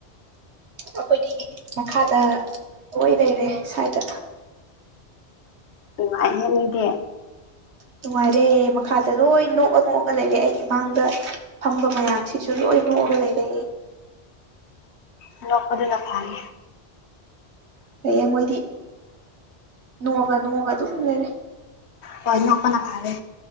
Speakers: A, on the right; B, on the left.
A: ꯑꯈꯣꯏꯗꯤ ꯃꯈꯥꯗ ꯀꯣꯏ ꯂꯩꯔꯦ ꯁꯥꯏꯗꯥ
B: ꯅꯨꯉꯥꯏꯍꯦ ꯃꯤꯗꯤ
A: ꯅꯨꯡꯉꯥꯏꯔꯦ ꯃꯈꯥꯗ ꯂꯣꯏ ꯅꯣꯛꯑ ꯅꯣꯛꯑꯒ ꯂꯩꯔꯦ ꯑꯩꯒꯤ ꯃꯥꯡꯗ ꯐꯝꯕ ꯃꯌꯥꯝꯁꯤꯡꯁꯨ ꯂꯣꯏ ꯅꯣꯛꯑꯒ ꯂꯩꯔꯦ
B: ꯑꯅꯣꯛꯄꯗꯨꯅ ꯐꯥꯏ
A: ꯐꯩꯌꯦ ꯃꯣꯏꯗꯤ ꯅꯣꯛꯑꯒ ꯅꯣꯛꯑꯒ ꯑꯗꯨꯝ ꯂꯩꯔꯦ
B: ꯍꯣꯏ ꯅꯣꯛꯄꯅꯥ ꯐꯥꯔꯦ